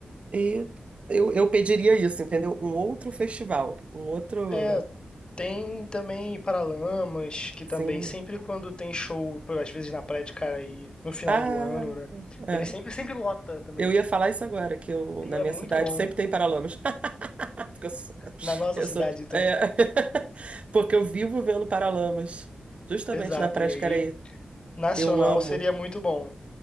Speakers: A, on the right (about 50°); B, on the left (about 35°).
A: E eu, eu pediria isso, entendeu? Um outro festival, um outro,
B: É, tem também Paralamas, que
A: sim.
B: também sempre quando tem show, por- às vezes na Praia de Caraí, no final
A: Ah,
B: do ano, né?
A: é.
B: Ele sempre, sempre lota também.
A: Eu ia falar isso agora, que eu,
B: E
A: na
B: é
A: minha
B: muito
A: cidade
B: bom.
A: sempre tem Paralamas. <laughs> Porque eu sou.
B: Na nossa
A: eu
B: cidade,
A: sou-
B: então.
A: é, <laughs> Porque eu vivo vendo Paralamas, justamente
B: Exato.
A: na Praia
B: E aí,
A: de Caraí.
B: nacional
A: Eu amo.
B: seria muito bom.